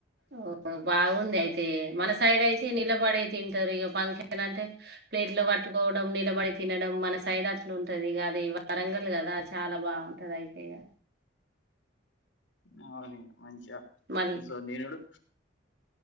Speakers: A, on the right; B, on the left.
A: ఓ బావుంది అయితే మన సైడ్ అయితే నిలబడి తింటారు ఇగ ఫంక్షన్లంటే ప్లేట్ లో పట్టుకోవడం నిలబడి తినడం మన సైడ్ అట్లుంటదిగా వారంగ కద అ చాలా బాగుంటది అయితేయ
B: అవు మంచిగా
A: మళ్ళీ
B: చూస నేనుడు